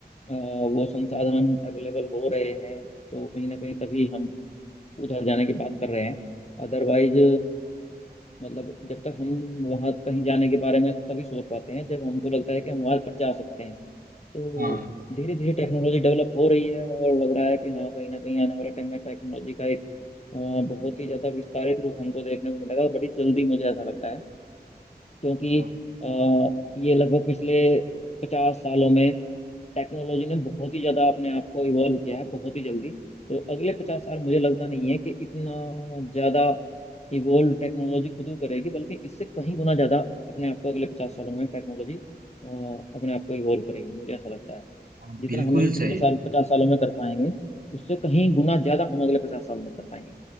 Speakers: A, on the left; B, on the right.
A: वो संसाधन अवेलेबल हो रहे हैं तो कहीं ना कहीं तभी हम उधर जाने की बात कर रहे हैं अदरवाइज मतलब जब तक हम वहाँ कहीं जाने के बारे में तभी सोच पाते हैं जब हमको लगता है कि हम वहाँ पर जा सकते हैं तो
B: हाँ,
A: धीरे धीरे टेक्नोलॉजी डेवलप हो रही है और लग रहा है कि हाँ कहीं ना कहीं आने वाला टाइम में टेक्नोलॉजी का एक अ, बहुत ही ज़्यादा विस्तारित रूप हमको देखने को मिलेगा और बड़ी जल्दी मुझे ऐसा लगता है क्योंकि
B: हाँ।
A: अ, ये लगभग पिछले पचास सालों में टेक्नोलॉजी ने बहुत ही ज्यादा अपने आप को इवॉल्व किया है बहुत ही जल्दी तो अगले पचास साल मुझे लगता नहीं है कि इतना ज्यादा इवॉल्व टेक्नोलॉजी खुद ही करेगी बल्कि इससे कहीं गुना ज्यादा अपने आप को अगले पचास सालों में टेक्नोलॉजी अपने आप को इवॉल्व करेगी मुझे ऐसा लगता है
B: हाँ,
A: जितना
B: बिल्कुल
A: हम इन पिछले
B: सही
A: साल पचास सालों में कर पाएंगे उससे कहीं गुना ज्यादा हम अगले पचास सालों में कर पाएंगे